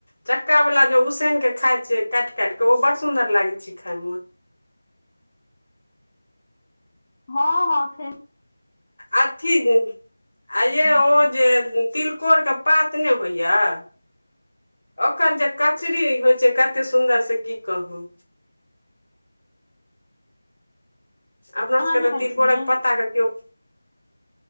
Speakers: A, on the left; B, on the left.
A: चक्का बला जे उसैन के खायइ छियै, काटि-काटि के ओ बड़ सुंदर लागे छै खाय म।
B: हँ हँ खेन-
A: अथी जे आ यै
B: सब
A: ओ जे तिलकोरके पात नहि होइयऽ। ओकर जे कचरी होइ छै, कते सुन्दर से की कहू। अपना सबके
B: अहाँ नहि
A: तऽ
B: खाइ
A: तिलकोरक
B: छलियै
A: पत्ता कियो